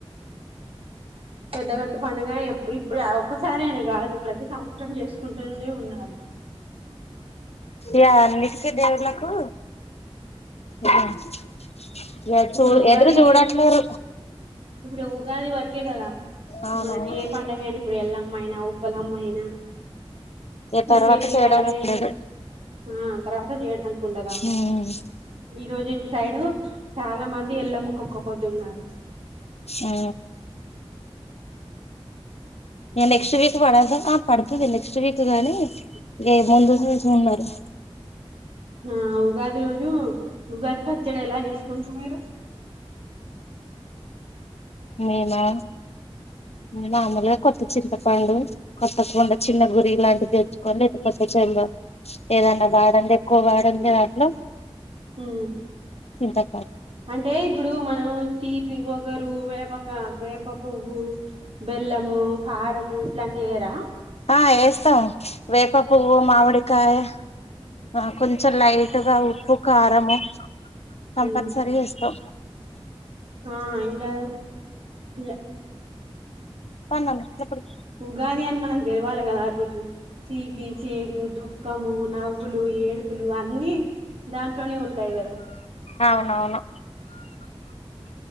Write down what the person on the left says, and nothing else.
యా అన్ని దేవున్నాకు ఆ యా
చు
ఎదరు చూడట్లేరు
అవునవును
ఇగ తర్వాత
చేయడానికి లేదు
ఉమ్
ఆ ఎ నెక్స్ట్ వీక్ పడా ద ఆ పడ్ కింద నెక్స్ట్ వీక్ తేగాని ఏ ముందు నుంచి ఉన్నారు
మేమా మామూలుగా కొత్త చింతపండు, కొత్త కుండ, చిన్న గురియ లాంటిది దెచ్చుకోని లేకపోతే చెన్వ ఏదన్నా వాడంది ఎక్కువ వాడందాంట్లో,
చింత
ఆ ఏస్తాం వేప పువ్వు మామిడికాయ ఆ కొంచెం లైట్ గా ఉ ప్పు కారము
కంపల్సరీ వేస్తాం
పండ్లన్ ఎప్పుడు
అవున్ అవును